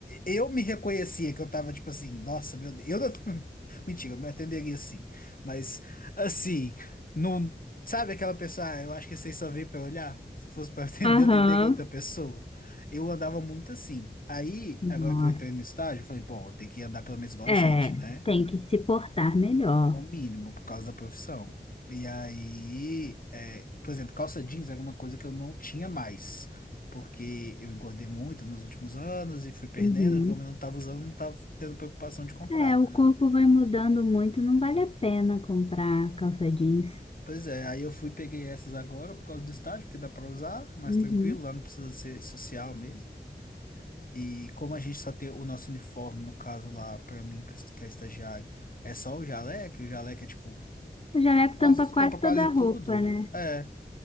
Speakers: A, on the left; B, on the left.
A: eu me reconhecia que eu tava, tipo assim, nossa, meu Deus, eu não... <laughs> Mentira, eu me atenderia assim. Mas, assim, não... Sabe aquela pessoa, ah, eu acho que vocês só veem pra olhar? Se fosse pra <laughs> atender,
B: Aham.
A: eu atenderia outra pessoa. Eu andava muito assim. Aí,
B: Nossa,
A: agora que eu entrei no estágio, eu falei, bom, tem que andar pelo menos igual
B: é,
A: gente, né?
B: tem que se portar melhor.
A: No mínimo, por causa da profissão. E aí, é, por exemplo, calça jeans era uma coisa que eu não tinha mais, porque eu engordei muito nos últimos anos e fui perdendo,
B: Uhum.
A: que eu não estava usando, não estava tendo preocupação de comprar.
B: É, o corpo vai mudando muito, não vale a pena comprar calça jeans.
A: Pois é, aí eu fui e peguei essas agora por causa do estágio, porque dá para usar, é mais
B: Uhum.
A: tranquilo, lá não precisa ser social mesmo. E como a gente só tem o nosso uniforme, no caso lá, para mim, pra- que é estagiário, é só o jaleco, e o jaleco é tipo,
B: O jaleco
A: quase,
B: tampa quase
A: tampa quase
B: toda a roupa,
A: tudo.
B: né?
A: é